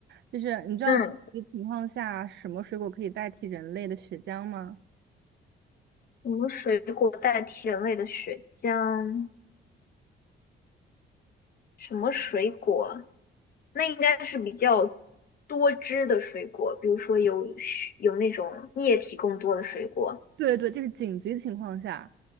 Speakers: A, on the right (about 65°); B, on the left (about 50°).
A: 就是你知道紧急情况下什么水果可以代替人类的血浆吗？
B: 嗯，什么水果代替人类的血浆？什么水果？那应该是比较多汁的水果，比如说有血有那种液体更多的水果。
A: 对对，就是紧急情况下，